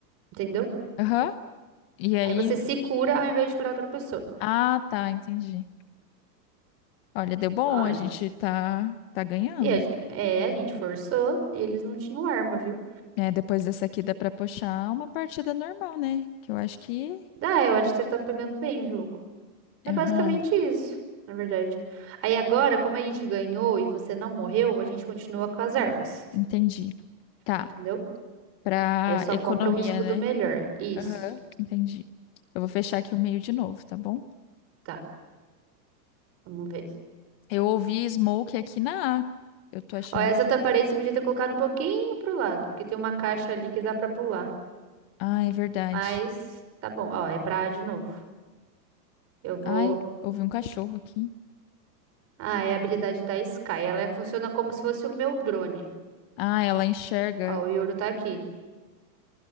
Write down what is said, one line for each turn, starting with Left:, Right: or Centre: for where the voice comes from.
Right: Entendeu?
Left: Aham. E aí,
Right: Aí você se cura ao invés de curar outra pessoa.
Left: ah, tá, entendi. Olha, deu bom,
Right: Ó, a
Left: a
Right: gen-
Left: gente tá, tá ganhando.
Right: e a, gen- é, a gente forçou e eles não tinham arma, viu?
Left: É, depois dessa aqui dá pra puxar uma partida normal, né? Que eu acho que,
Right: Dá, eu acho que você tá pegando bem o jogo. É
Left: aham,
Right: basicamente isso, na verdade. Aí agora, como a gente ganhou e você não morreu, a gente continua com as armas,
Left: entendi. Tá,
Right: entendeu?
Left: pra
Right: Aí só
Left: economia,
Right: compra um escudo
Left: né?
Right: melhor. Isso.
Left: Aham, entendi. Eu vou fechar aqui o meio de novo, tá bom?
Right: Tá, vamos ver.
Left: Eu ouvi Smoke aqui na A. Eu tô achando
Right: Ó, essa
Left: que
Right: tua parede você podia ter colocado um pouquinho pro lado, porque tem uma caixa ali que dá pra pular.
Left: Ah, é verdade.
Right: Mas tá bom, ó, é pra A de novo. Eu vou.
Left: Ai, ouvi um cachorro aqui.
Right: Ah, é a habilidade da Sky. Ela é- funciona como se fosse o meu drone.
Left: Ah, ela enxerga.
Right: Ó, o Yoru tá aqui.